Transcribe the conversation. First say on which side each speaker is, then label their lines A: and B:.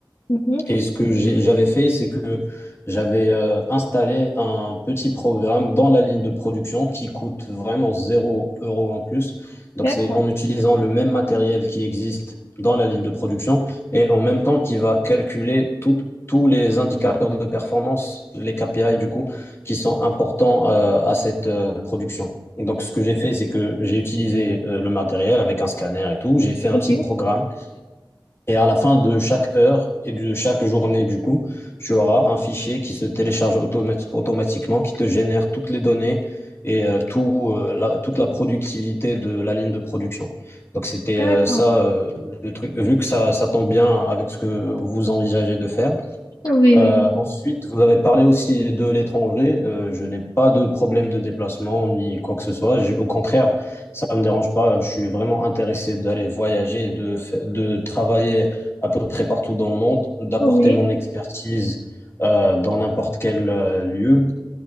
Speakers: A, on the left; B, on the left.
A: Mhm.
B: Et ce que j'ai- j'avais fait, c'est que j'avais euh, installé un petit programme dans la ligne de production qui coûte vraiment zéro euro en plus. Donc
A: D'accord.
B: c'est en utilisant le même matériel qui existe dans la ligne de production et en même temps qui va calculer tout- tous les indicateurs de performance, les KPI du coup, qui sont importants euh, à cette euh, production. Donc ce que j'ai fait, c'est que j'ai utilisé euh, le matériel avec un scanner et tout. J'ai fait un
A: Oui.
B: petit programme et à la fin de chaque heure et de chaque journée, du coup, tu auras un fichier qui se télécharge automati- automatiquement, qui te génère toutes les données et euh, tout, euh, la- toute la productivité de la ligne de production. Donc c'était
A: D'accord.
B: euh, ça euh, le truc. Vu que ça, ça tombe bien avec ce que vous envisagez de faire,
A: Oui,
B: euh,
A: oui,
B: ensuite, vous avez parlé aussi de l'étranger. Euh, je n'ai pas de problème de déplacement ni quoi que ce soit. J'ai- au contraire, ça ne me dérange pas. Je suis vraiment intéressé d'aller voyager, et de, fa- de travailler à peu près partout dans le monde, d'apporter
A: oui,
B: mon expertise euh, dans n'importe quel euh, lieu.